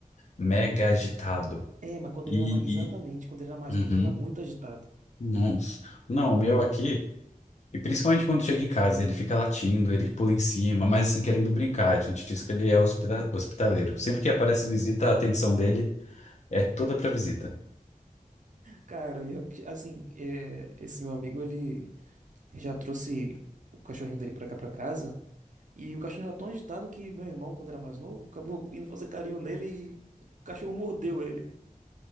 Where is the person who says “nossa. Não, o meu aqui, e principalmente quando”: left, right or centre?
Left